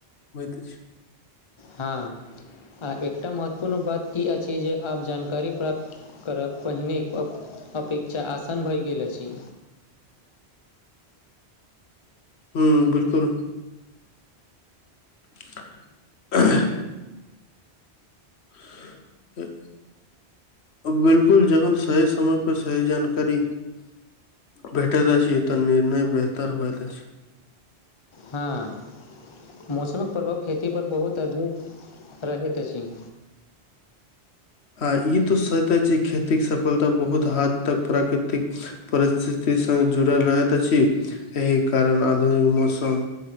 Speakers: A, on the left; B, on the left.
A: होइत छै
B: हँ आ एकटा महत्वपूर्ण बात ई अछि जे आब जानकारी प्राप्त करब पहिने अपेक्षा आसान भए गेल छै
A: हूं बिलकुल <inaudible> <inaudible> बिलकुल जखन सही समय पर सही जानकारी भेटैत अछि तऽ निर्णय बेहतर होएत छै
B: हँ मौसमक प्रभाव खेती पर बहुत अधिक रहैत अछि
A: आ ई तो सते जे खेतीक सफलता बहुत हद तक प्राकृतिक परिस्थिति संग जुड़ल रहैत अछि एहि कारण आधुनिक मौसम